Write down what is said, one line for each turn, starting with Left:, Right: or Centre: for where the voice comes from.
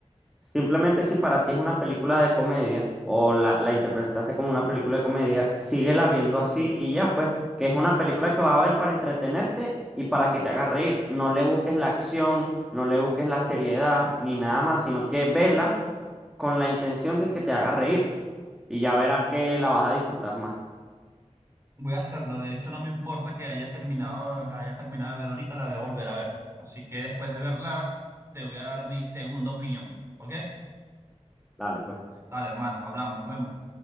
Centre: simplemente si para ti es una película de comedia o la, la interpretaste como una película de comedia, síguela viendo así y ya, pues, que es una película que vas a ver para entretenerte y para que te haga reír. No le busques la acción, no le busques la seriedad ni nada más, sino que vela con la intención de que te haga reír y ya verás que la vas a disfrutar más.
Right: Voy a hacerlo. De hecho, no me importa que haya terminado, la haya terminado de ver ahorita, la voy a volver a ver. Así que después de verla, te voy a dar mi segunda opinión. ¿Ok?
Centre: Dale, pues.
Right: Dale, hermano, hablamos, nos vemos.